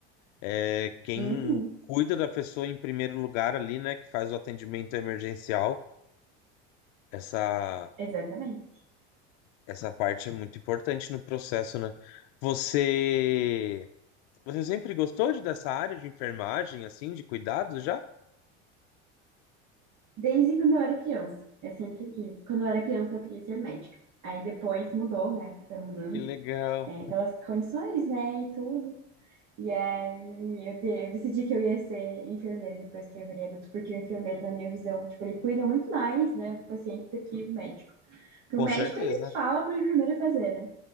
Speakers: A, on the left; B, on the right.
A: é quem
B: Uhum,
A: cuida da pessoa em primeiro lugar ali, né? Que faz o atendimento emergencial. Essa,
B: exatamente.
A: essa parte é muito importante no processo, né? Você Você sempre gostou de, dessa área de enfermagem, assim, de cuidados já?
B: Desde quando eu era criança, eu sempre quis. Quando eu era criança, eu queria ser médica. Aí depois mudou, né? Foi mudando,
A: Que legal.
B: é, pelas condições, né? E tudo. E aí eu, de- eu decidi que eu ia ser enfermeira depois que eu virei adulto, porque o enfermeiro, na minha visão, tipo, ele cuida muito mais, né, do paciente do que o médico. Porque o
A: Com
B: médico,
A: certeza.
B: ele fala pro enfermeiro fazer, né?